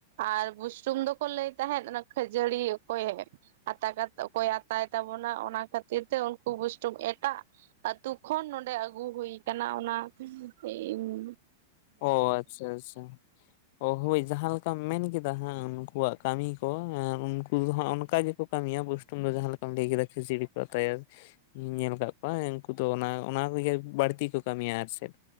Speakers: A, on the right (about 55°); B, on the left (about 45°).
A: ᱟᱨ ᱵᱩᱥᱴᱩᱢ ᱫᱚᱠᱚ ᱞᱟᱹᱭ ᱛᱟᱦᱮᱸᱫ ᱚᱱᱟ ᱠᱷᱟᱹᱡᱟᱹᱲᱤ ᱚᱠᱚᱭᱮ ᱟᱛᱟ ᱠᱟᱛᱮ ᱚᱠᱚᱭᱮ ᱟᱛᱟᱭ ᱛᱟᱵᱚᱱᱟ ᱚᱱᱟ ᱠᱷᱟᱹᱛᱤᱨ ᱛᱮ ᱩᱱ- ᱠᱩ ᱵᱩᱥᱴᱩᱢ ᱮᱴᱟᱜ ᱟᱛᱩ ᱠᱷᱚᱱ ᱱᱚᱰᱮ ᱟᱹᱜᱩ ᱦᱩᱭ ᱠᱟᱱᱟ ᱚᱱᱟ ᱤᱧ
B: ᱚ ᱟᱪᱪᱷᱟ ᱟᱪᱪᱷᱟ ᱚ ᱦᱳᱭ ᱡᱟᱦᱟᱸ ᱞᱮᱠᱟᱢ ᱢᱮᱱ ᱠᱮᱫᱟ ᱦᱟᱸᱜ ᱩᱱᱠᱩᱣᱟᱜ ᱠᱟᱹᱢᱤ ᱠᱚ ᱩᱱᱠᱩ ᱫᱚ ᱦᱟᱸᱜ ᱚᱱᱠᱟ ᱜᱮᱠᱚ ᱠᱟᱹᱢᱤᱭᱟ ᱵᱩᱥ- ᱴᱤᱢ ᱫᱚ ᱡᱟᱦᱟᱸ ᱞᱮᱠᱟᱢ ᱞᱟᱹᱭ ᱠᱮᱫᱟ ᱠᱟᱹᱡᱟᱹᱲᱤ ᱠᱚ ᱟᱛᱟᱭᱟ ᱤᱧ ᱧᱮᱞ ᱟᱠᱟᱫ ᱠᱚᱣᱟ ᱩᱱᱠᱩ ᱫᱚ ᱚᱱᱟ ᱚᱱᱟ ᱠᱚᱜᱮ ᱵᱟᱹᱲᱛᱤ ᱠᱚ ᱠᱟᱹᱢᱤᱭᱟ ᱟᱨ ᱪᱮᱫ